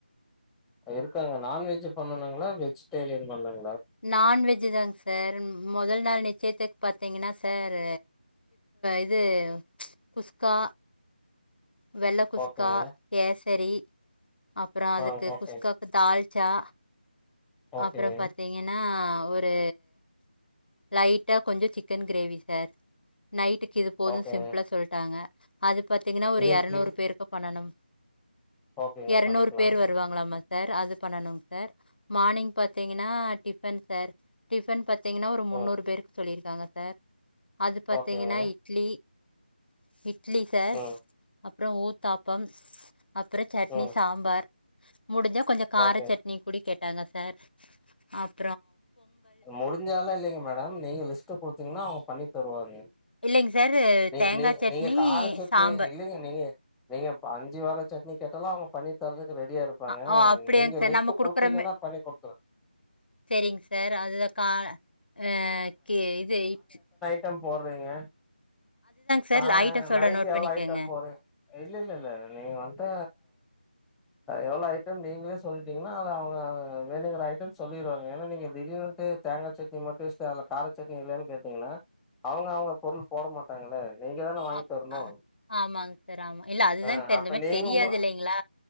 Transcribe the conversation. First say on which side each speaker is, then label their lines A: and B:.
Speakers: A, in the centre; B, on the left.
A: இருக்காங்க நான்வெஜ் பண்ணனுங்களா வெஜிடேரியன் பண்ணாங்
B: நான்வெஜ் இது தாங்க சார் முதல் நாள் நிச்சயத்துக்கு பாத்தீங்கன்னா சார் இது குஸ்கா வெள்ளக் குஸ்கா
A: ஓகேங்க
B: கேஸ் சரி அப்புறம் அதுக்கு
A: ஆ ஓகே
B: குஸ்கா தால் ச
A: ஓகேங்க
B: அப்பறோ பாத்தீங்கன்னா ஆஹா ஒரு லைட்டா கொஞ்சம சிக்கன் கிரேவி சார் நைட்டுக்கு இது போதும்
A: ஓகேங்க
B: சிம்பிளா சொல்ட்டாங்க அது பத்தி பார்த்தீங்கன்னா ஒரு
A: இது
B: எரநூறு
A: இது
B: பேருக்கு பண்ணனும்
A: ஓகேங்க
B: எறநூறு
A: பண்ணிக்கலா
B: பேர் வருவாங்களாமா சார் அது பண்ணனுங் சார் மார்னிங் பாத்தீங்கன்னா டிஃபன் சார் டிபன் த்தங்கன்னா ஒரு முன்னூறு
A: ம்
B: பேருக்கு சொல்லிருக்கு <unintelligible> சார் அது பாத்தீங்கன்னா
A: ஓகேங்க
B: இட்லி <inaudible> இட்லி சார்
A: ம்
B: அப்றம் ஊத்தாப்பம் அப்புறம் சட்னி
A: ம்
B: சாம்பார் <inaudible> முடிஞ்ச கொஞ்சம் கார
A: ஓகே
B: சட்னி <unintelligible> <unintelligible> சார் அப்
A: முடிஞ்சாலா இல்லைங்க மேடம் நீங்க லிஸ்ட் கொடுத்தீங்கன்னா பண்ணி தருவாங்க
B: இல்லைங்க சார்
A: நீ
B: தேங்கா
A: நீ
B: சட்னி,
A: நீங்க கார சட்னி
B: சாம்பார்.
A: இல்லைங்க நீங்க நீங்க அஞ்சு வகை சட்னி கேட் எல்லா அவங்க பண்ணிதர்றதுக்கு ரெடி ரெடியா இருப்பாங்க
B: அ ஓ அப்படியாங்க
A: நீங்க
B: சார்
A: லிஸ்ட்
B: நம்ம குடுக்குற
A: குடுத்தீங்கன்னா
B: மெ
A: பண்ணி குடுத்துட்றே
B: சரிங்க சார் அது கா அஹ் கே இது ச்
A: டம் போடுறீங்க
B: சார்
A: ச
B: ஐட்டம் சொல்றேன்
A: நைட்டு
B: நோட் பண்ணிக்கோங்க.
A: எவ்ளோ ஐட்டம் போற இல்ல இல்ல இல்ல நீங்க வன்ட்டு எவ்ளோ ஐட்டம் நீங்களே சொல்ட்டீங்கன்னா அத அவங்க அத வேணுங்குற ஐட்டம் சொல்லிருவாங்க ஏன்னா நீங்க திடீர்னுட்டு தேங்கா சட்னி மட்டு வெச்ட்டு அத்ல கார சட்னி இல்லலன் கேட்டீங்கன்னா அவங்க அவ்ங்க பொருள் போட மாட்டாங்கல்ல நீங்க தான வாங்கி
B: அ
A: தரணு
B: ஆமாங்க சார் ஆமா இல்ல அதுதாங்க
A: ஆ
B: சார்
A: அப்ப
B: இந்த மாதிரி
A: நீங்க
B: தெரியாது
A: உங்க
B: இல்லைங்களா